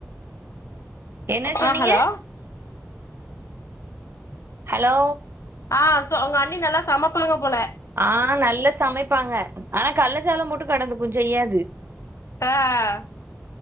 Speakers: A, on the right; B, on the left.
A: என்ன சொன்னீங்க
B: ஆ ஹலோ
A: ஹலோ
B: ஆஹ் சோ உங்க அண்ணி நல்லா சமைப்பாங்க போல
A: ஆஹ் நல்லா சமைப் ப்பாங்க ஆனா கள்ளச்சாலோ போட்டு கடந்துபுஞ் செய்யாது
B: ஆஹ்